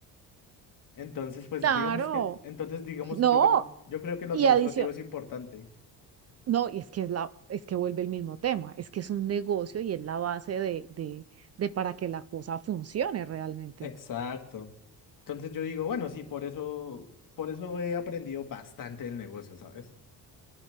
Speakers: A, on the left; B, on the right.
A: Entonces, pues
B: Claro.
A: digamos que, entonces digamos
B: No,
A: que yo creo, yo creo que lo
B: y
A: administrativo
B: adición,
A: es importante.
B: no, y es que es la, es que vuelve el mismo tema, es que es un negocio y es la base de, de, de para que la cosa funcione realmente.
A: Exacto. Entonces yo digo, bueno, sí, por eso, por eso he aprendido bastante del negocio, ¿sabes?